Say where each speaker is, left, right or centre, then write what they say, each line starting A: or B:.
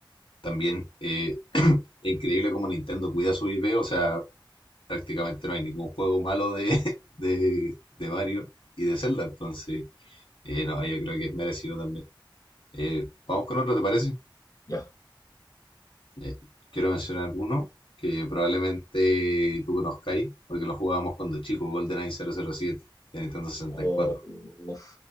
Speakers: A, on the left; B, on the left.
A: También eh, es increíble cómo Nintendo cuida su IP, o sea, prácticamente no hay ningún juego malo de, <laughs> de, de Mario y de Zelda, entonces, eh, no, yo creo que es merecido también. Eh, vamos con otro, ¿te parece?
B: ya.
A: Ya, Quiero mencionar uno que probablemente tú conozcáis, porque lo jugábamos cuando chico, GoldenEye 007 de Nintendo sesenta
B: O-
A: y cuatro
B: uf.